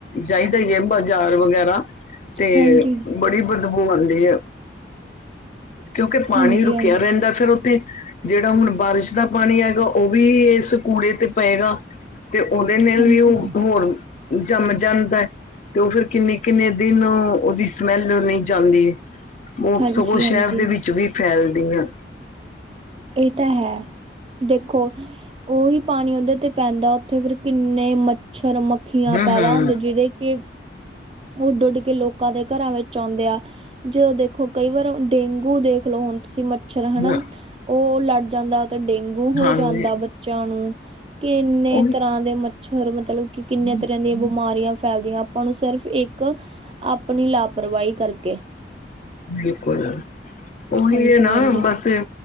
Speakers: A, on the left; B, on the right.
A: ਚਾਹੀਦਾ ਹੀ ਹੈ ਬਾਜ਼ਾਰ ਵਗੈਰਾ ਤੇ।
B: ਹਾਂਜੀ, ਹਾਂਜੀ,
A: ਬੜੀ ਬਦਬੂ ਆਉਂਦੀ ਹੈ। ਕਿਉਂਕਿ ਪਾਣੀ
B: ਹਾਂਜੀ,
A: ਰੁਕਿਆ ਰਹਿੰਦਾ ਫਿਰ ਉੱਥੇ। ਜਿਹੜਾ ਹੁਣ ਬਾਰਿਸ਼ ਦਾ ਪਾਣੀ ਹੈਗਾ ਉਹ ਵੀ ਇਸ ਕੂੜੇ ਤੇ ਪਏਗਾ। ਤੇ ਉਹਦੇ ਨਾਲ
B: ਹਾਂਜੀ,
A: ਵੀ ਉਹ ਹੋਰ ਜੰਮ ਜਾਂਦਾ ਤੇ ਉਹ ਫੇਿਰ ਕਿੰਨੀ ਕਿੰਨੇ ਦਿਨ ਉਹਦੀ ਸਮੈਲ ਨਹੀਂ ਜਾਂਦੀ ਉਹ
B: ਹਾਂਜੀ,
A: ਸਗੋਂ
B: ਹਾਂਜੀ।
A: ਸ਼ਹਿਰ ਦੇ ਵਿੱਚ ਵੀ ਫੈਲਦੀਆਂ।
B: ਇਹ ਤਾਂ ਹੈ ਦੇਖੋ ਉਹੀ ਪਾਣੀ ਉਹਦੇ ਤੇ ਪੈਂਦਾ ਉੱਥੇ ਫਿਰ ਕਿੰਨੇ ਮੱਛਰ, ਮੱਖੀ ਮੱਖੀਆਂ
A: ਹੂੰ
B: ਪੈਦਾ
A: ਹੂੰ
B: ਹੁੰਦੇ ਜਿਹੜੇ ਕਿ ਉੱਡ-ਉੱਡ ਕੇ ਲੋਕਾਂ ਦੇ ਘਰਾਂ ਵਿੱਚ ਆਉਂਦੇ ਆ। ਜਦੋਂ ਦੇਖੋ ਕਈ ਵਾਰ ਡੇਂਗੂ ਦੇਖ ਲੋ ਹੁਣ ਤੁਸੀਂ ਮੱਛਰ ਹਨਾ
A: ਹੂੰ,
B: ਉਹ ਲੜ ਜਾਂਦਾ ਤੇ ਡੇਂਗੂ ਹੋ
A: ਹਾਂਜੀ
B: ਜਾਂਦਾ ਬੱਚਿਆਂ ਨੂੰ ਕਿੰਨੇ
A: ਉਹ
B: ਤਰ੍ਹਾਂ ਦੇ ਮੱਛਰ ਮਤਲਬ ਕਿ ਕਿੰਨੇ ਤਰ੍ਹਾਂ ਦੀਆਂ ਬਿਮਾਰੀਆਂ ਫੈਲਦੀਆਂ ਆਪਾਂ ਨੂੰ। ਸਿਰਫ ਇੱਕ ਆਪਣੀ ਲਾਪਰਵਾਹੀ ਕਰਕੇ
A: ਬਿਲਕੁਲ ਉਹੀ
B: ਹਾਂਜੀ
A: ਹੈ ਨਾ
B: ਹਾਂਜੀ
A: ਬਸ